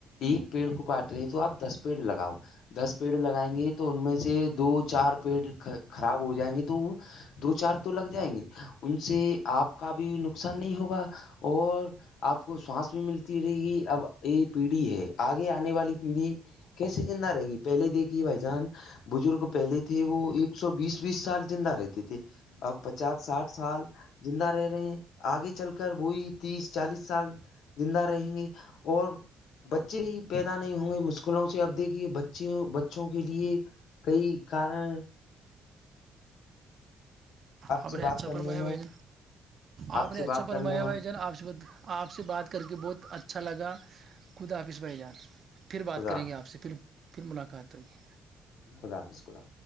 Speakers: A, on the left; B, on the right.
A: ایک پیڑ کو کاٹ رہے ہیں تو آپ دس پیڑ لگاؤ دس پیڑ لگائیں گے تو ان میں سے دو چار پیڑ خراب ہو جائیں گے تو دو چار تو لگ جائیں گے ان سے آپ کا بھی نقصان نہیں ہوگا اور آپ کو ساس بھی ملتی رہے گی اب یہ پیڑھی ہے آگے آنے والی پیڑھی کیسے چ نہ رہے گی پہلے دیکھیے بھائی جان بزرگ پہلے تھے وہ ایک سو بیس بیس سال زندہ رہتے تھے اب پچاس ساٹھ سال زندہ رہ رہے ہیں آگے چل کر بوئی تیس چالیس سال زندہ رہیں گے اور بچے بھی پیدا نہیں ہو گئے مشکلوں سے اب دیکھیے بچیوں بچوں کے لیے کئی کارن
B: آپ
A: سے
B: نے اچھا
A: بات کرنے
B: فرمایا
A: میں
B: بھائی جان آپ نے
A: سے
B: اچھا
A: بات
B: فرمایا
A: کرنے
B: بھائی
A: میں
B: جان آپ سے ب آپ سے بات کر کے بہت اچھا لگا خود آافظ بھائی جان پھر بات
A: خدا
B: کریں گے آپ سے پھر پھر ملاقات ہوگی
A: خدا حافظ خدا